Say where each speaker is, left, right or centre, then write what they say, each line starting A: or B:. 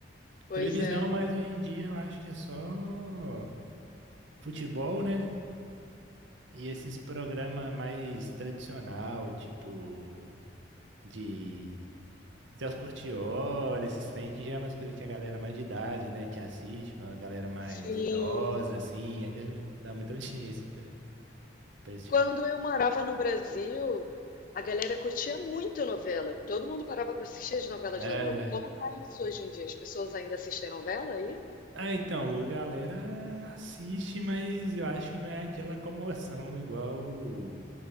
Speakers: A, on the left; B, on the right.
A: Pois
B: Televisão,
A: é.
B: mas hoje em dia eu acho que é só futebol, né? E esses programas mais tradicional, tipo de Celso Portiolli, esses trem que já é umas coisas que a galera mais de idade, né, que assiste, uma galera mais
A: Sim,
B: idosa, assim, ainda dá muita audiência pra, pra esse
A: Quando
B: tipo de
A: eu morava no Brasil, a galera curtia muito novela. Todo mundo parava para assistir as novelas
B: É.
A: da Globo. Como tá isso hoje em dia? As pessoas ainda assistem novela aí?
B: Ah, então, a galera assiste, mas eu acho que não é aquela comoção igual